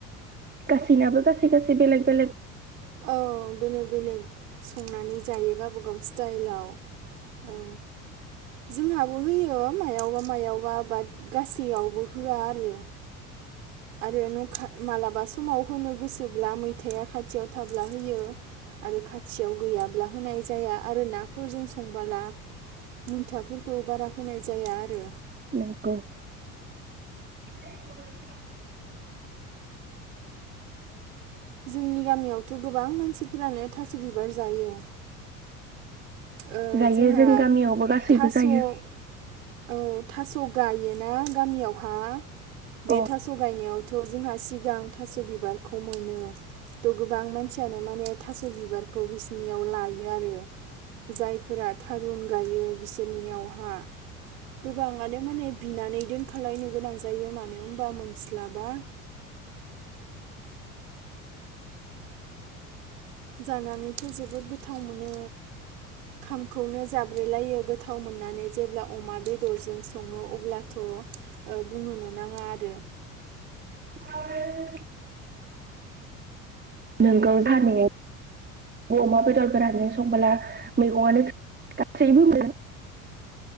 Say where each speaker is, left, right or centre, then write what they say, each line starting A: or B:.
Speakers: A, on the right; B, on the right.
A: गासैनाबो गासै गासै बेलेग बेलेग
B: औ बेलेग बेलेग संनानै जायो गावबा गाव स्टाइलाव औ जोंहाबो बो होयो मायावबा मायावबा बाट गासैयावबो होआ आरो। आरो न खा माबलाबा समाव होनो गोसोब्ला मैथाया खाथियाव थाब्ला होयो? आरो खाथियाव गैयाब्ला होनाय जाया आरो नाफोरजों संबोला मैथाफोरखौ बारा होनाय जाया आरो।
A: नोंगौ। <unintelligible>
B: जोंनि गामिआवथ' गोबां मानसिफ्रानो थास' बिबार जायो। ओ
A: जायो
B: जोंहा
A: जों गामियावबो गासैबो
B: थास
A: जायो
B: औ थास गायो ना गामियावहा बे
A: औ
B: थास गायनायावथ जोंहा सिगां थास बिबारखौ मोनो थ गोबां मानसियानो माने थास बिबारखौ बिसिनियाव लायो आरो। जायफोरा थारुन गायो बिसोरनियावहा गोबाङानो माने बिनानै दोन खालायनो गोनां जायो मानो होनबा मोनस्लाबा। जानानैथ जोबोद गोथाव मोनो। खामखौनो जाब्रेलायो गोथाव मोननानै जेब्ला अमा बेदरजों सङो अब्लाथ ओ बुंनोनो नाङा आरो।
A: <unintelligible> नोंगौ जानायआव अमा बेदर गोरानजों संबोला मैगंआनो <unintelligible> गासैबो <unintelligible>